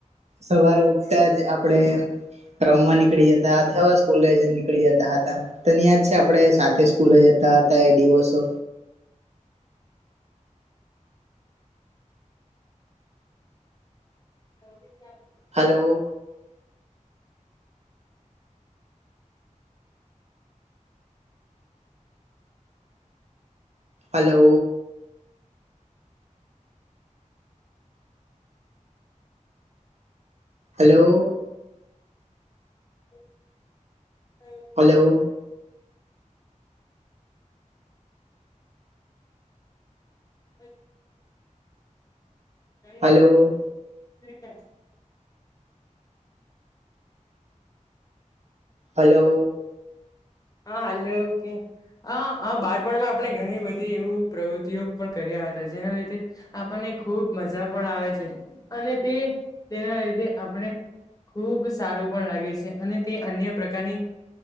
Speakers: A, on the right; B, on the left.
A: સવારે ઉઠતા જ આપણેે રમવા નીકળી જતા અથવા સ્કૂલે જ નીકળી જતા હતા તને યાદ છે આપને સાથે સ્કૂલે જતા હતા. એ દિવસો.
B: <inaudible>
A: Hello hello. હલો
B: <inaudible>
A: હલો
B: એક <unintelligible>
A: હલો હલો
B: હા હલો ઓકે હ આ બાળપણમાં આપણે ઘણી બધી એવું પ્રવૃત્તિઓ પણ કર્યા હતા જેના લીધે આપણને ખૂબ મજા પણ આવે છે અને તે તેના લીધે આપણે ખુબ સારું પણ લાગે છે અને તે અન્ય પ્રકારની